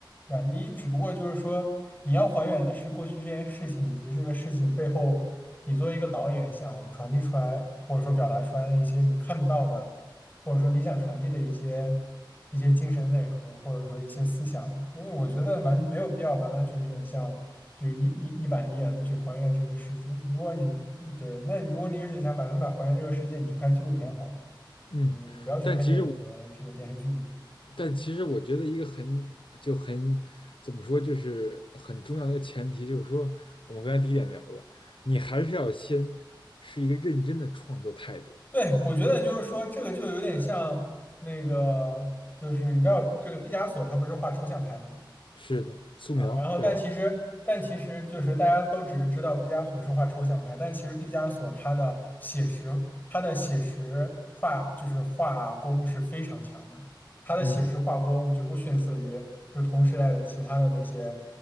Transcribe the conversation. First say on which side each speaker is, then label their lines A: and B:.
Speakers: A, on the left; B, on the left.
A: 对吧？你只不过就是说你要还原的是过去这件事情以及这个事情背后，你作为一个导演想传递出来或者说表达出来的一些你看得到的，或者说你想传递的一些一些精神内核，或者说一些思想。因为我觉得完没有必要完完全全像就一一一板一眼的去还原这个世界。如果你对，那你如果你只想百分百还原这个世界，你去拍纪录片好了。
B: 嗯，
A: 你你不要去拍电影和这个电视剧嘛。
B: 但其实但其实我觉得一个很就很怎么说，
A: 嗯
B: 就是很重要的一个前提，就是说我们刚才第一点聊了，你还是要先是一个认真的创作态度。
A: 对，我觉得就是说，这个就有点像那个，就是你知道这个毕加索他不是画抽象派的吗？
B: 是的，素描，
A: 啊，然后但其实但其实就是大家都只是知道毕加索是画抽象派，
B: 对吧？
A: 但其实毕加索他的写实他的写实画就是画工是非常强的，他的写实画工绝不逊色于就同时代的其他的那些
B: 嗯，